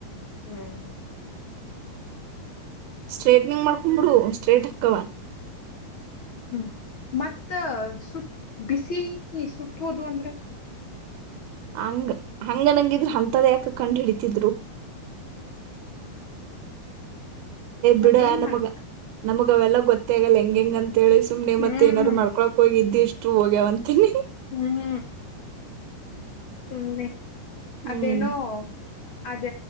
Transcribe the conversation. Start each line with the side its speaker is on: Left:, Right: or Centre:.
Left: ಹ್ಮ್
Right: ಸ್ಟ್ರೇಟ್ನಿಂಗ್ ಮಾಡ್ಕೊಂಬಿಡು ಸ್ಟ್ರೇಟ್ ಹಾಕವ
Left: ಹ್ಮ್ ಮತ್ತ ಸುಟ್ ಬಿಸಿ ಕ ಸುಟ್ಟೋದು ಅಂದ್ರೆ
Right: ಹಂಗ ಹಂಗ ನಂಗಿದ್ರು ಅಂತದ ಯಾಕ ಕಂಡ ಹಿಡಿತಿದ್ರು
Left: ಮತ್ತ
Right: ಬಿಡ
Left: ಏನ್
Right: ನಮಗ
Left: ಮಾಡ್ಬೇಕ
Right: ನಮಗ ಅವಲ್ಲ ಗೊತ್ತ ಆಗಲ್ಲ ಹೆಂ ಹೆಂಗ ಅಂತ ಅಂತೇಳಿ ಸುಮ್ಮನೆತ್ತ
Left: ಹ್ಮ್
Right: ಏನಾದ್ ಮಾಡಕೊಳಕ್ ಹೋಗ ಇದಿದ್ದಿಷ್ಟ ು ಹೋಗ್ಯವಂತೀನಿ
Left: ಹ್ಮ್ ಹ್ಮ ಹ್ಮ
Right: ಹ್ಮ್
Left: ಅದೇನೋ ಅದ